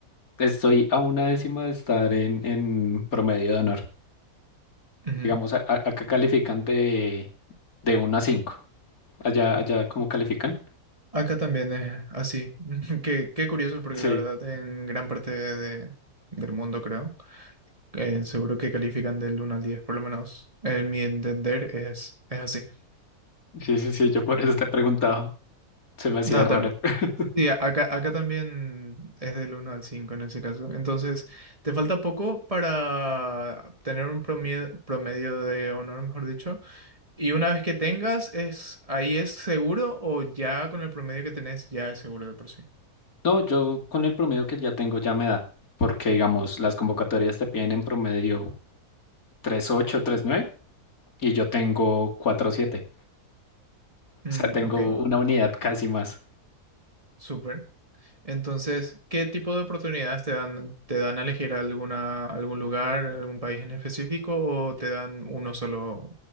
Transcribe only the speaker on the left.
Estoy a una décima de estar en, en promedio de honor.
Digamos, a- a- acá califican de, de 1 a 5. Allá, allá, ¿cómo califican?
Sí,
sí, sí, sí, yo por eso te he preguntado. Se me hacía
raro. <laughs>
No, yo con el promedio que ya tengo ya me da, porque digamos, las convocatorias te piden en promedio 3.8, nueve y yo tengo cuatro punto siete,
o sea, tengo
una unidad casi más.